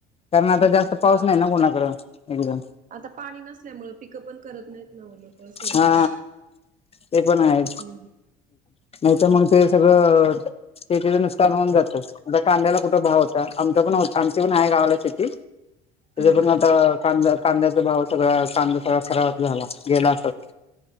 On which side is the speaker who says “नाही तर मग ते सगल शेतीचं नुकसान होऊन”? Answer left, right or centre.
Left